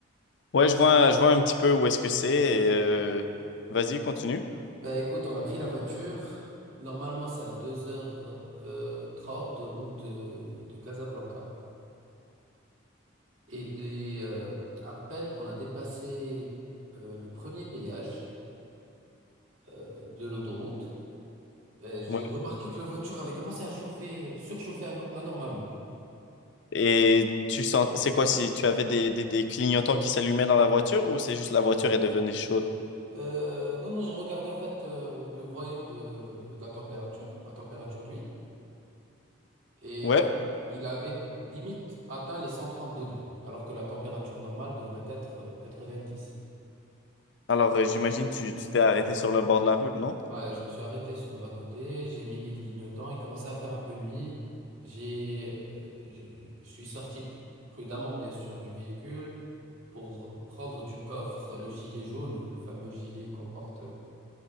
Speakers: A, on the left (about 60°); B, on the right (about 85°).
A: Ouais, je vois, je vois un petit peu où est-ce que c'est. et, euh, vas-y, continue.
B: Bah écoute, on a pris la voiture. Normalement, c'est à deux heures euh, trente de route euh, de Casablanca. Et des, euh, à peine on a dépassé euh, le premier péage euh, de l'autoroute, euh, j'ai
A: Ouais.
B: remarqué que la voiture avait commencé à chauffer, surchauffer ano- anormalement.
A: Et tu sens, c'est quoi si tu avais des, des, des clignotants qui s'allumaient dans la voiture ou c'est juste la voiture est devenue chaude?
B: Euh, non, non, j'ai regardé en fait euh, le voyant de, de la température, la température d'huile, et
A: Ouais.
B: il avait limite atteint les 130 degrés, alors que la température normale devrait être euh, 90.
A: Alors, euh, j'imagine tu tu t'es arrêté sur le bord de la route, non?
B: Ouais, je me suis arrêté sur le bas-côté, j'ai mis les clignotants, il commençait à faire un peu nuit. J'ai, euh, j'ai- je suis sorti p- prudemment, bien sûr, du véhicule pour prendre du coffre le gilet jaune, le fameux gilet qu'on porte